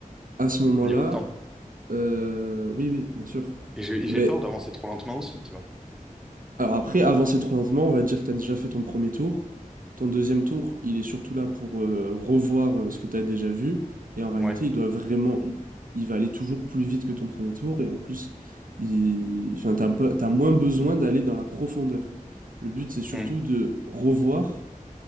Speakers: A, on the right; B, in the centre.
A: à ce moment-là,
B: au niveau de temps.
A: euh, oui, oui, bien sûr.
B: Et j'ai et
A: Eh
B: j'ai
A: ben,
B: peur d'avancer trop lentement aussi, tu vois.
A: Alors après, avancer trop lentement, on va dire que tu as déjà fait ton premier tour. Ton deuxième tour, il est surtout là pour euh, revoir euh, ce que tu as déjà vu. Et en réalité,
B: Ouais.
A: il doit vraiment, il va aller toujours plus vite que ton premier tour. Et en plus, il... enfin, t'as pas- t'as moins besoin d'aller dans la profondeur. Le but, c'est surtout
B: Mmh.
A: de revoir